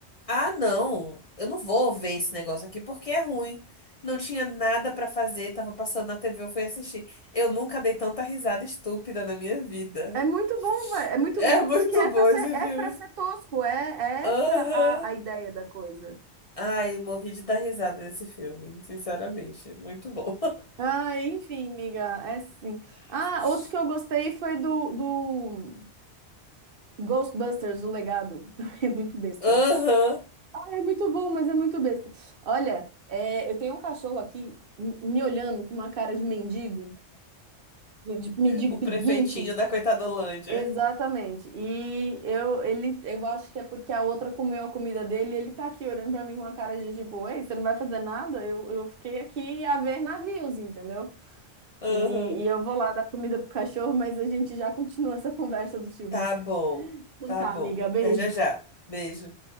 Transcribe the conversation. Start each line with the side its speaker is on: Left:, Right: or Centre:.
Left: Ah, não, eu não vou ver esse negócio aqui porque é ruim. Não tinha nada pra fazer, tava passando na TV, eu fui assistir. Eu nunca dei tanta risada estúpida na minha vida.
Right: É muito bom, velho. É muito
Left: É
Right: bom
Left: muito
Right: porque é pra
Left: bom
Right: ser,
Left: esse
Right: é
Left: filme.
Right: pra ser tosco. É, é
Left: Aham.
Right: essa a, a ideia da coisa.
Left: Ai, morri de dar risada nesse filme, sinceramente. Muito bom.
Right: Ah, enfim, amiga, é sim.
Left: <laughs>
Right: Ah, outro que eu gostei foi do, do Ghostbusters, o legado. <laughs> é muito besta.
Left: Aham.
Right: Ah, É muito bom, mas é muito besta. Olha, é, eu tenho um cachorro aqui m- me olhando com uma cara de mendigo, de mendigo
Left: O
Right: pedinte.
Left: prefeitinho da Coitadolândia.
Right: Exatamente. E eu, ele, eu acho que é porque a outra comeu a comida dele e ele tá aqui olhando pra mim com uma cara de tipo, ei, você não vai fazer nada? Eu, eu fiquei aqui a ver navios, entendeu?
Left: Aham.
Right: E, e eu vou lá dar comida pro cachorro, mas a gente já continua essa conversa dos filmes.
Left: Tá bom.
Right: Então
Left: Tá
Right: tá,
Left: bom.
Right: amiga, beijo.
Left: Até já já. Beijo.